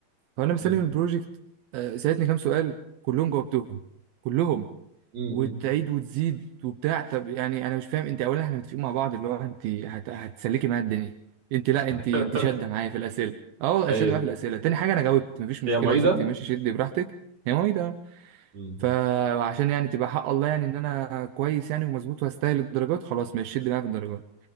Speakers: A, on the right; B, on the right.
A: فانا بسلم
B: امم
A: البروجكت آه، سالتني كام سؤال كلهم جاوبتهم كلهم
B: امم
A: وتعيد وتزيد وبتاع طب يعني انا مش فاهم انت اولا احنا متفقين مع بعض اللي هو انت هت... هتسلكي معايا الدنيا انت لا
B: <laughs>
A: انت انت شاده معايا في الاسئله اه
B: هي
A: شاده معايا في الاسئله تاني حاجه انا جاوبت مفيش مشكله
B: هي معيده
A: يا ستي ماشي شدي براحتك يا مامي
B: امم
A: فعشان يعني تبقى حق الله يعني ان انا كويس يعني ومظبوط وهستاهل الدرجات خلاص ماشي شد معايا في الدرجات